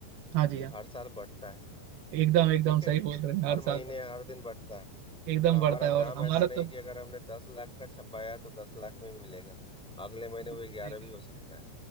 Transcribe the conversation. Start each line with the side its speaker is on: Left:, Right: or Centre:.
Right: हाँ जी
Centre: ये
Right: हाँ
Centre: हर साल बढ़ता है
Right: एकदम एकदम
Centre: ठीक है
Right: सही बोल रहे हैं हर
Centre: हर
Right: साल
Centre: महीने
Right: बढ़-
Centre: हर दिन बढ़ता है
Right: एकदम
Centre: तो हमारा
Right: बढ़ता है
Centre: दाम
Right: और हमारा
Centre: ऐसा नहीं
Right: तो
Centre: कि अगर हमने दस लाख का छपाया तो दस लाख में मिलेगा अगले महीने
Right: बिल्कुल
Centre: वो
Right: सही
Centre: ग्यारह भी
Right: कह
Centre: हो सकता है